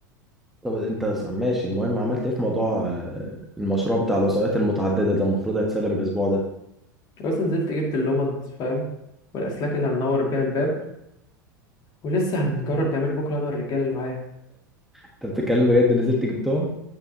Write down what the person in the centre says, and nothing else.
طب انت ز- ماشي المهم عملت ايه في موضوع آه، المشروع بتاع الوسائط المتعدده ده المفروض هيتسلم الاسبوع ده
انت بتتكلم بجد نزلت جبتهم